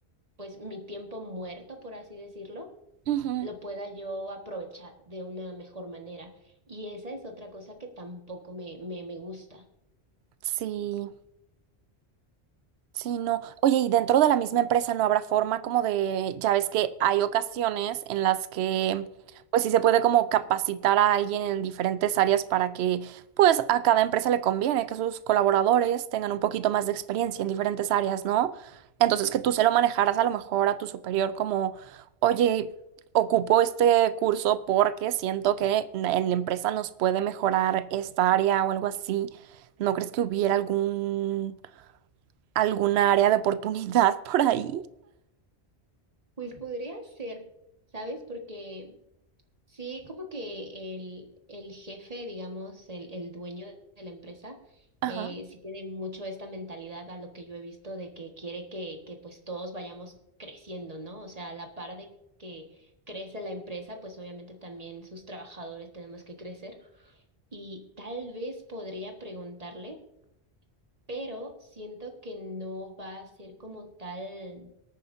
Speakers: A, on the right (about 35°); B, on the right (about 75°).
A: pues mi tiempo muerto, por así decirlo,
B: Ujú,
A: lo pueda yo aprovechar de una mejor manera. Y esa es otra cosa que tampoco me, me, me gusta.
B: Sí, Sí, no. Oye, y dentro de la misma empresa no habrá forma como de, ya ves que hay ocasiones en las que, pues sí se puede como capacitar a alguien en diferentes áreas para que, pues a cada empresa le conviene que sus colaboradores tengan un poquito más de experiencia en diferentes áreas, ¿no? Entonces que tú se lo manejaras a lo mejor a tu superior como, oye, ocupo este curso porque siento que en la empresa nos puede mejorar esta área o algo así. ¿No crees que hubiera algún alguna área de oportunidad <laughs> por ahí.
A: Pues podría ser, ¿sabes? Porque Sí, como que el, el jefe, digamos, el, el dueño de la empresa,
B: Ajá,
A: eh, sí tiene mucho esta mentalidad a lo que yo he visto de que quiere que, que pues todos vayamos creciendo, ¿no? O sea, a la par de que crece la empresa, pues obviamente también sus trabajadores tenemos que crecer. Y tal vez podría preguntarle, pero siento que no va a ser como tal.